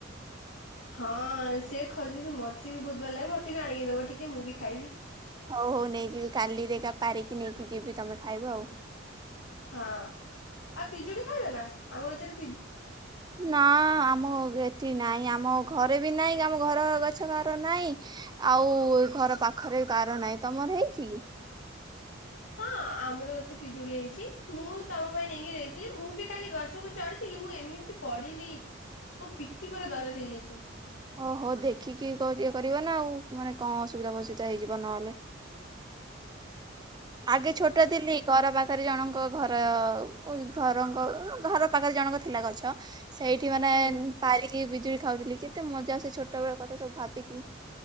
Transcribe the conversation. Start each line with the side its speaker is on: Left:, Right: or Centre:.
Left: ହଁ ସେ ଖୋଜଛି ମତେ ବି ବହୁତ ଭଲ ଲାଗେ ମତେ ବି ଆଣିକି ଦେବ ଟିକେ ମୁଁ ବି ଖାଇବି।
Right: ହଉ ହଉ ନେଇଯିବି କାଲି ପାରିକି ନେଇକି ଯିବି ତମେ ଖାଇବ ଆଉ।
Left: ହଁ ଆଉ ପିଜୁଳୀ ଖାଇବେ ନା? ଆମ ଗଛ ରେ
Right: ନା ଆମ ଠି ନାଇଁ ଆମ ଘରେ ବି ନାଇଁ ଆମ ଘର ଗଛ କାହାର ନାହିଁ ଆଉ ଘର ପାଖରେ ବି କାହାର ନାଇଁ। ତମର ହେଇଛି କି?
Left: ହଁ ଆମର ଅଛି ପିଜୁଳି ହେଇଛି ମୁଁ ତମ ପାଇଁ ନେଇକି ଯାଇଥିଲି ମୁଁ ବି କାଲି ଗଛକୁ ପଢ଼ିଥିଲି ମୁଁ ଏମିତି ପଡ଼ିଲି ମୋ ପିଟିି ପୁରା ଦରଜ ହେଇଯାଇଚି।
Right: ଓହୋ ଦେଖିକି କ ଇଏ କରିବା ନାଁ ଆଉ ମାନେ କଁ ଅସୁବିଧା ଫସୁବିଧା ହେଇଯିବ ନହେଲେ।
Left: ହଁ
Right: ଆଗେ ଛୋଟ ଥିଲି ଘର ପା ତାରେ ଜଣଙ୍କ ଘର ଆଉ ଓ ଘରଙ୍କ ଘର ପାଖରେ ଜଣଙ୍କ ଥିଲା ଗଛ। ସେଇଠି ମାନେ
Left: ହୁଁ
Right: ପାରିକି ବିଜୁ ଖାଉଥିଲି କେତେ ମଜା ସେ ଛୋଟବେଳ କଥା ସବୁ ଭାବିକିି